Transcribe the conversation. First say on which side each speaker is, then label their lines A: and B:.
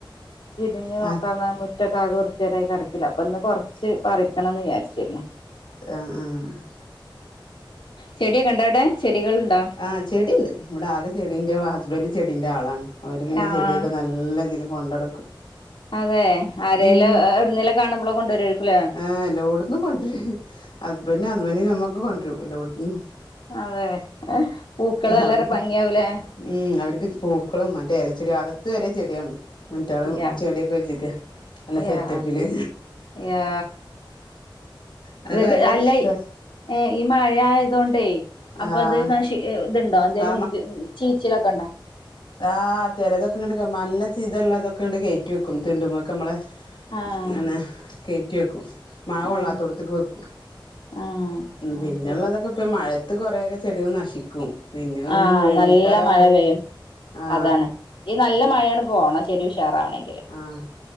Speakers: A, on the left (about 85°); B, on the left (about 60°).
A: തിരിഞ്ഞു നോക്കാതെ
B: ആ ആ
A: മു- മുറ്റത്ത് ആകെ വൃത്തികെടായി കെടക്കില്ലേ അപ്പൊ ഇന്ന് കൊറച്ച് പറിക്കണം എന്ന് വിചാരിച്ചിരുന്നു
B: ആഹ് ആഹ്
A: ചെടിയൊക്കെ ഒണ്ടാ അവിടെ ചെടികള് ഒണ്ടോ
B: ആഹ് ചെടി ഇണ്ട് ഇവിടെ ആകെ ചെടീന്റെ ഹസ്ബൻഡ് ചെടിന്റെ ആളാണ് അവര് പിന്നെ
A: ആഹ്
B: ചെടിയൊക്കെ നല്ല- നല്ല ഇതില് കൊണ്ട് അടക്കും
A: അതെ ആരേലും
B: ഉം
A: എവിടുന്നേലും കാണുമ്പളെ കൊണ്ടുവരുവായിരിക്കുംല്ലേ
B: ആഹ് എല്ലോടുന്നും കൊണ്ട് വരും ഹസ്ബൻഡ് ഹസ്ബൻഡ് ഞമ്മക്ക് കൊണ്ട് വരും ഒരു ലോ
A: അതെ ഏ പൂക്കള് നല്ലൊരു
B: അവർക്ക്
A: ഭംഗിയാവൂലേ
B: ഉം അവരക്ക് പൂക്കളും മറ്റേ എലച്ചെടി അകത്ത് വരെ ചെടിയാണ് മറ്റാളും
A: യാ
B: ചെടിയൊക്കെ വെച്ചിരിക്ക നല്ല സെറ്റപ്പില്
A: യാ യാ
B: അതൊക്കെ
A: ഇതൊക്കെ
B: ഭയങ്കര
A: അല്ല
B: ഇഷ്ട്ട-
A: ഏ ഈ മഴ ആയതുകൊണ്ടേ അപ്പൊ
B: ആ
A: അത് നഷ് ഇത് എണ്ടോ എന്തെേലും
B: ആ
A: ചീച്ചിലൊ <unintelligible> ക്കെ ഒണ്ടാ
B: ആഹ് ചെലതൊക്കെ ഇങ്ങാട്ട് എടുക്കും നല്ല ചിത ഒള്ളതൊക്കെ അങ്ങാട്ട് കേറ്റി വെക്കും തിണ്ടുമ്പക്കെ ഞമ്മള്
A: ആഹ്
B: അങ്ങനെ കേറ്റി വെക്കും മഴ കൊള്ളാത്തോടത്തേക്ക്
A: ആഹ്
B: വെക്കും
A: ആഹ് ആഹ്
B: പിന്നെ
A: ശരി
B: ഉള്ളതൊക്കെ ഇപ്പ മഴ- അത് കൊറെയൊക്കെ ചെടികള് നശിക്കും പിന്നെ ഒന്നും
A: ആഹ്
B: വേനൽക്കാല
A: നല്ല
B: ആവുമ്പഴ്
A: മഴ പെയ്യും
B: ആ-
A: അതാണ് ഈ നല്ല മഴ അങ്ങാട്ട് പോണം ചെടി ഉഷാറാവണെങ്കിൽ
B: ആഹ്